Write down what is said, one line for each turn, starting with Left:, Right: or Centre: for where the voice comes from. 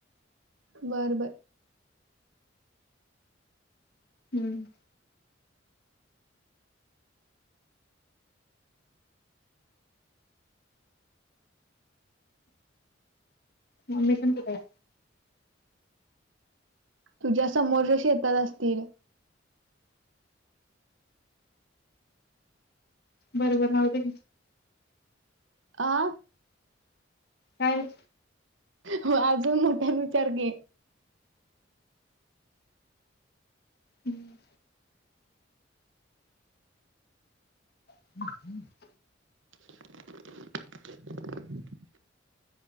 Right: बर बर.
Left: हम् म मिशनच काय?
Right: तुझ्या समोरच्या शेतात असतील
Left: बर बर राहुदे
Right: आं
Left: काय नाही
Right: हो अजून मोठ्यान विचार की
Left: हम्म <unintelligible>
Right: <unintelligible>